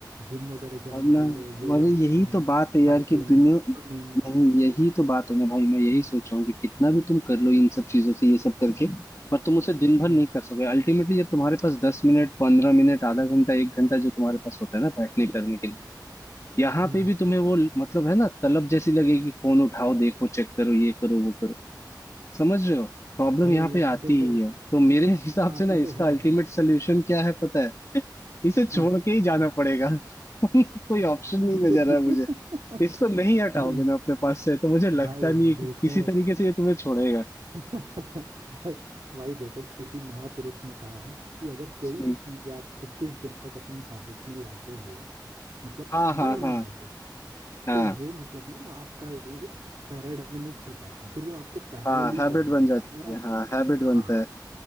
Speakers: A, on the right; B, on the left.
A: जिम वगैरह ज्वाइन
B: वरना
A: कर लो योगासन
B: वरना यही तो बात है यार
A: साइकिलिंग
B: कि दुनिया
A: स्विमिंग
B: नहीं यही तो बात है ना भाई मैं यही सोच रहा हूँ कि कितना भी तुम कर लो इन सब चीजों से ये सब करके पर तुम उसे दिन भर
A: हम्म
B: नहीं कर सकोगे अल्टीमेटली जब तुम्हारे पास दस मिनट पंद्रह मिनट आधा घंटा एक घंटा जो तुम्हारे पास होता है ना बैठने करने के लिए यहाँ
A: हम्म।
B: पे भी तुम्हें वो मतलब है ना तलब जैसी लगेगी फोन उठाओ देखो चेक करो ये करो वो समझ रहे हो प्रॉब्लम
A: भाई
B: यहाँ पे आती
A: देखो
B: ही है तो मेरे <laughs> हिसाब
A: आती
B: से ना
A: तो
B: इसका
A: है
B: अल्टीमेट सोल्यूशन क्या है पता है <laughs> इसे छोड़
A: हाँ
B: के ही जाना पड़ेगा <laughs> कोई ऑप्शन नहीं नजर
A: <laughs>
B: आ रहा मुझे इसको नहीं हटाओगे
A: नहीं
B: ना अपने पास से तो मुझे लगता
A: भाई
B: नहीं है कि
A: देखो
B: किसी तरीके से ये तुम्हें छोड़ेगा
A: <laughs> भाई भाई देखो किसी महापुरुष ने कहा है ना कि अगर कोई
B: हम्म।
A: भी चीज आप 21 दिन तक अपनी हैबिट में लाते हो मतलब
B: हाँ हाँ
A: मन
B: हाँ
A: मार के
B: हाँ
A: तो वो मतलब ना आपका एक पैराडायनमिक हो जाता है फिर वो आपके पैरेलली
B: हाँ हैबिट
A: चलने लगता
B: बन जाती
A: है अगर आप
B: है हाँ हैबिट बनता
A: हाँ
B: है